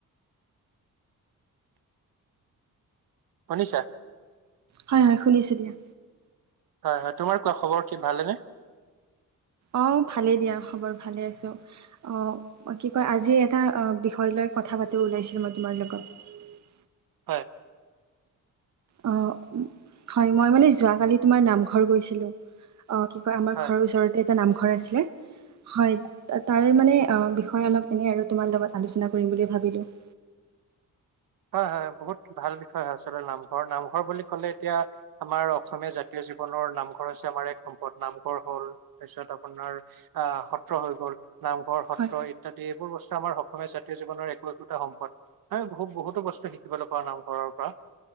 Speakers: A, on the right; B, on the right.
A: শুনিছা?
B: হয় হয় শুনিছোঁ দিয়া।
A: হয় হয় তোমাৰ কোৱা খবৰ ঠিক ভালেনে?
B: অ ভালেই দিয়া খবৰ ভালে আছো অ কি
A: হয়
B: কয় আজি এটা অয় হয় লৈ কথা পাতিব ওলাইছিলো মই তোমাৰ লগত
A: হয়
B: অহ হয় মই মানে যোৱাকালি তোমাৰ নামঘৰ গৈছিলো অ কি কয় আমাৰ
A: হয়
B: ঘৰৰ ওচৰতে এটা নামঘৰ আছিলে হয় তাৰে মানে বিষয়ে অলপ এনেই আৰু তোমাৰ লগত আলোচনা কৰি বুলি ভাবিলোঁ <inaudible>
A: হয় হয় হয় বহুত ভাল বিষয় হয় আচলতে নামঘৰ নামঘৰ বুলি কলে এতিয়া আমাৰ অসমীয়া জাতীয় জীৱনৰ নামঘৰ আছে আমাৰ এক সম্পদ নামঘৰ হ'ল তাৰপিছত আপোনাৰ আহ সত্ৰ হৈ গ'ল নামঘৰ সত্ৰ
B: হয়
A: ইত্যাদি এইবোৰ বস্তু আমাৰ অসমীয়া জাতীয় জীৱনৰ একো একোটা সম্পদ আমি বহুত বহুত বস্তু শিকিবলৈ পৰা নাই ঘৰৰ পৰা